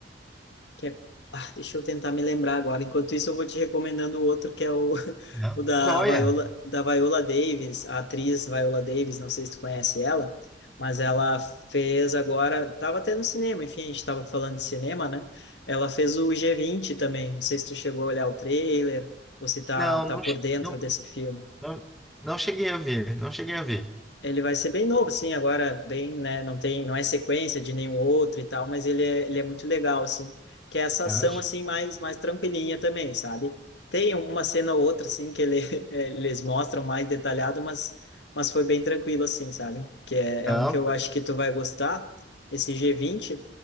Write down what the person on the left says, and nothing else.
que é- ah, deixa eu tentar me lembrar agora. Enquanto isso, eu vou te recomendando o outro, que é o, <laughs>
o da
Viola, da Viola Davis, a atriz Viola Davis, não sei se tu conhece ela, mas ela fez agora, tava até no cinema, enfim, a gente tava falando de cinema, né? Ela fez o G20 também, não sei se tu chegou a olhar o trailer, ou se tá,
tá
por
dentro
desse filme.
Ele vai ser bem novo, sim, agora bem, né, não tem, não é sequência de nenhum outro e tal, mas ele é, ele é muito legal, assim, que é essa
ação,
assim, mais, mais tranquilinha também, sabe? Tem uma cena ou outra, assim, que ele, <laughs> eles mostram mais detalhado, mas, mas foi bem tranquilo, assim, sabe? Que é, é
um que eu acho que tu vai gostar, esse g vinte